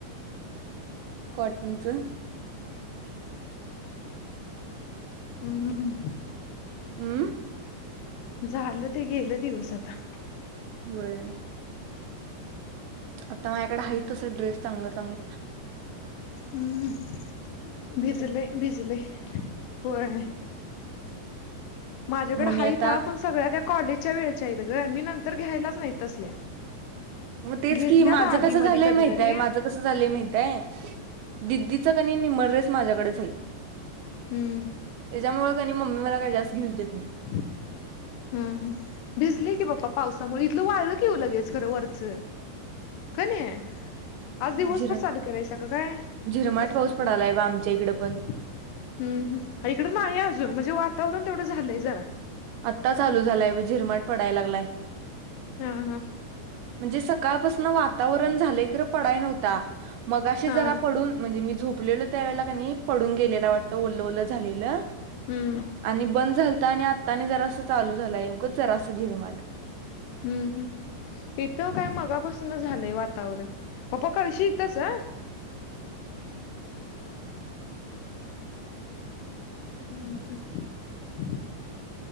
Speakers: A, on the right; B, on the left.
A: कॉटनच.
B: हम्म.
A: हम्म.
B: झालं ते गेलं दिवस आता.
A: व्हय. आता माझ्याकड हैत अस ड्रेस चांगलं चागलं.
B: हम्म भिजलय भिजलय होय. माझ्याकडे
A: मग
B: हाइता
A: मी आता
B: पण सगळ्या त्या. कॉलेजच्या वेळच्या आहीत ग मी नंतर घ्यायलाच नाही तसल्या.
A: मग तेच
B: घेतल्यात
A: की माझं
B: आधी
A: कसं झालंय
B: मधी कधीतरी
A: माहितय
B: हम्म
A: माझं कसं झालंय माहितय. दिदीच कणी निम्म ड्रेस माझ्याकडेच आहेत.
B: हम्म
A: त्यांच्यामुळे कणी मम्मी मला काय जास्त घेउच देत. नाही.
B: हम्म हम्म हम्म भिजलय की पप्पा पावसामुळे इथल वाळल की वो लगेच वरच. कणी. आज दिवसभर
A: झिर
B: चालू केलाय सा का काय?
A: झिरमाट
B: मग बघ
A: पाऊस पडालाय
B: चार वाजता
A: बा आमच्या
B: चालू.
A: इकडं पण
B: हम्म हम्म इकडं नाही अजून म्हणजे वातावरण तेवढं झालंय जरा.
A: आत्ता चालू झालाय झिरमाट पडाय लागलाय.
B: हा हा.
A: म्हणजे सकाळपासून वातावरण झालय खरं पडाय नव्हत. ता. मगाशी
B: हा
A: जरा पडून म्हणजे मी झोपलेलो त्या वेळेला कणी पडून गेलेला वाटत ओल ओलं झालेलं.
B: हम्म
A: आणि बंद झालत आणि आ. जरास चालू झालाय उगच जरास झिरमाट.
B: हम्म हम्म इथं काय मगापासून. झालंय वातावरण पप्पा कळशी इतच ह. हम्म हम्म.